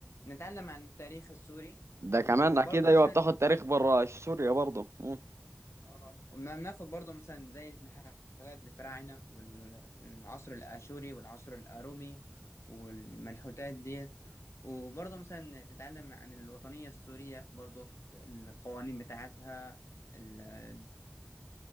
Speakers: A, on the left (about 75°); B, on the right (about 75°).
A: نتعلم عن التاريخ السوري
B: ده
A: وبرضه
B: كمان اكيد ايوه
A: مثلا
B: بتاخد تاريخ بره سوريا برضه مم.
A: اه وما ناخد برضه مثلا زي الحاجات الفراعنة والعصر الآشوري والعصر الأرومي والمنحوتات ديت وبرضه مثلا نتعلم عن الوطنية السورية برضه القوانين بتاعتها الدستور